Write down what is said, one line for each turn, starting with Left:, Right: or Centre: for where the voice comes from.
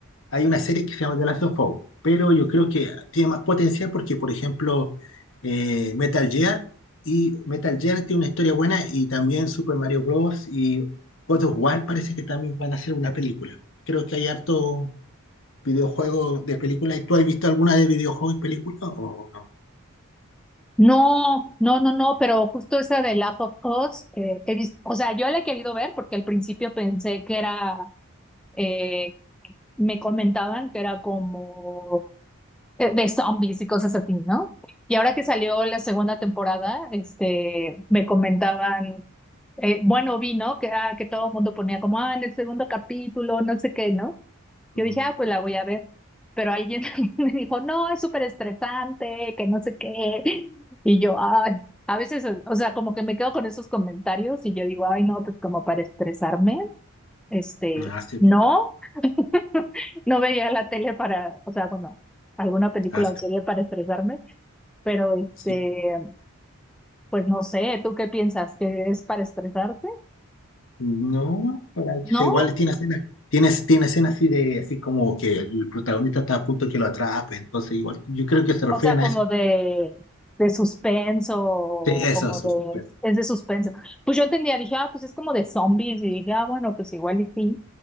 Left: hay una serie que se llama The Last of Us, pero yo creo que tiene más potencial porque, por ejemplo, eh, Metal Gear y Metal Gear tiene una historia buena y también Super Mario Bros. y God of War parece que también van a hacer una película. Creo que hay harto videojuego de película. ¿Y ¿Tú has visto alguna de videojuego y película o no?
Centre: No, no, no, no, pero justo esa de Last of Us, eh, he visto, o sea, yo la he querido ver porque al principio pensé que era eh, me comentaban que era como eh, de zombies y cosas así, ¿no? Y ahora que salió la segunda temporada, este, me comentaban, eh, bueno, vi, ¿no? Que, ah, que todo el mundo ponía como, ah, en el segundo capítulo, no sé qué, ¿no?
Left: Mm,
Centre: Yo dije, ah, pues la voy a ver. Pero alguien <laughs> me dijo, no, es súper estresante, que no sé qué. Y yo, ay, a veces, o sea, como que me quedo con esos comentarios y yo digo, ay, no, pues como para estresarme, este,
Left: Ah, sí,
Centre: no,
Left: pues,
Centre: <laughs> No veía la tele para, o sea, bueno, alguna película
Left: ah, sí,
Centre: o serie
Left: pues.
Centre: para estresarme, pero este,
Left: Sí.
Centre: pues no sé, ¿tú qué piensas? ¿Que es para estresarte?
Left: No, pero
Centre: ¿No?
Left: que- sea, igual tiene escenas, tiene, tiene escenas así de así como que el protagonista está a punto de que lo atrape, entonces igual yo creo que se refieren
Centre: O sea, como
Left: a eso.
Centre: de, de suspenso,
Left: Sí, eso,
Centre: como
Left: eso,
Centre: de,
Left: súper.
Centre: es de suspenso. Pues yo entendía, dije, ah, pues es como de zombies, y dije, ah, bueno, pues igual y sí,